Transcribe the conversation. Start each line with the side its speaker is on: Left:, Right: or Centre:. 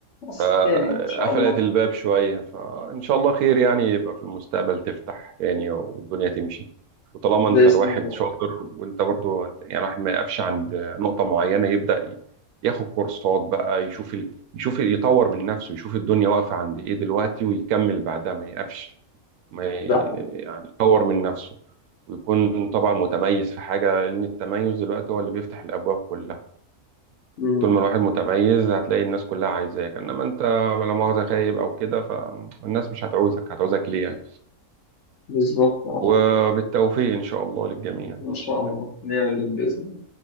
Left: بس
Right: فقفلت
Left: خير يعني إن شاء الله
Right: الباب شوية فإن شاء الله خير يعني يبقى في المستقبل تفتح تاني والدنيا تمشي وطالما
Left: بإذن
Right: أنت الواحد
Left: الله
Right: شاطر وأنت برضو أنت- يعني الواحد ما يقفش عند نقطة معينة يبدأ ي- ياخد كورسات بقى يشوف ال... يشوف يطور من نفسه يشوف الدنيا واقفة عند إيه دلوقتي ويكمل بعدها ما يقفش ما ي...
Left: ده حقيقي
Right: يعني يطور من نفسه ويكون طبعا متميز في حاجة لأن التميز دلوقتي هو اللي بيفتح الأبواب كلها
Left: مم.
Right: طول ما الواحد متميز هتلاقي الناس كلها عايزاك انما انت لا مؤاخذة خايب او كده فالناس مش هتعوزك هتعوزك ليه يعني
Left: بالظبط اه
Right: وبالتوفيق ان شاء الله للجميع بإذن
Left: إن شاء
Right: الله
Left: الله نعمل اللي بإذن الله